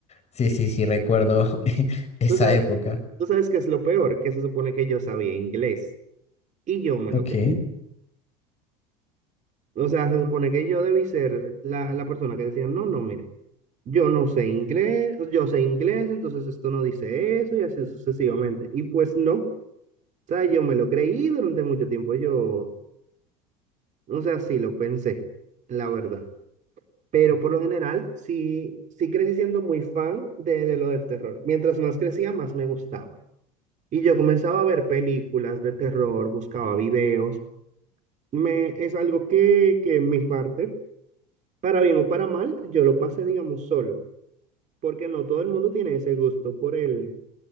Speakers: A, on the left; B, on the right.
A: Sí, sí, sí, recuerdo <laughs> esa
B: Tú sabes,
A: época.
B: tú sabes qué es lo peor, que se supone que yo sabía inglés y yo me lo
A: Ok.
B: creí. O sea, se supone que yo debí ser la, la persona que decía, no, no, mire. yo no sé inglés, yo sé inglés, entonces esto no dice eso y así sucesivamente. Y pues no, o sea, yo me lo creí durante mucho tiempo, yo, o sea, sí lo pensé, la verdad. Pero por lo general, sí, sí crecí siendo muy fan de, de lo del terror. Mientras más crecía, más me gustaba. Y yo comenzaba a ver películas de terror, buscaba videos. Me, es algo que, que en mi parte, para bien o para mal, yo lo pasé, digamos, solo, porque no todo el mundo tiene ese gusto por el